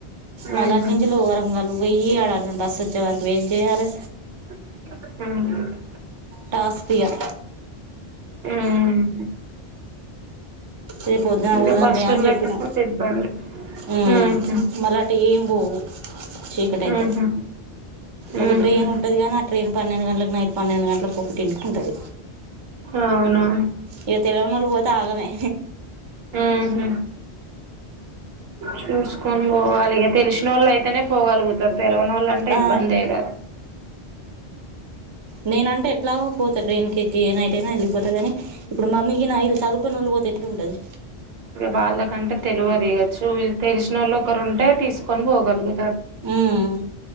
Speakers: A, on the right; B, on the right.
A: మలాటి
B: ఉహు
A: నుంచిలో ఓరంగలు పొయ్యి ఆడా బస్ వచ్చే వరకు వెయిట్ చెయ్యాలే.
B: హ
A: టాస్కిగా
B: ఉమ్
A: రేపొద్దునా
B: ఇక
A: పోదాం
B: బస్సు
A: లే అని చెప్పినా.
B: లేకపోతే ఇబ్బంది
A: ఉమ్
B: ఉహు
A: మరటు ఏం పోవు చీకటైతే
B: ఉహు
A: ఒక
B: ఉహు
A: ట్రైన్ ఉంటది గానీ ఆ ట్రైన్ పన్నెండు గంటలకు, నైట్ పన్నెండు గంటలకు. తెలుసుకుంటరు
B: అవునా
A: ఇగ తెలవనోళ్లు బోతే ఆగమే.
B: ఊహు చూసుకొని పోవాలిక తెలిసిన వాళ్ళు అయితేనే పోగలుగుతారు తెలివన వాళ్ళంటే
A: ఆ
B: ఇబ్బంది కదా
A: నేనంటే ఎట్లాగో పోతా ట్రైన్కి ఎక్కి ఏ నైట్ అయినా వెళ్ళిపోతా గని ఇప్పుడు మమ్మీ గినా ఇల్ చదువుకున్నోళ్ళు పోతే ఎట్లుంటది
B: ఇగ వాళ్ళకంటే తెలువదిగ చు తెలిసినోళ్ళు ఒకరు ఉంటే తీసుకొని పోగలను
A: ఉమ్